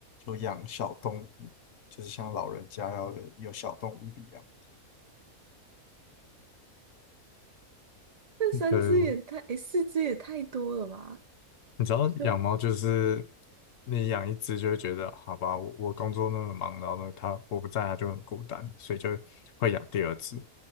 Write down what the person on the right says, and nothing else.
那三只也太，
诶，四只也太多了吧？
就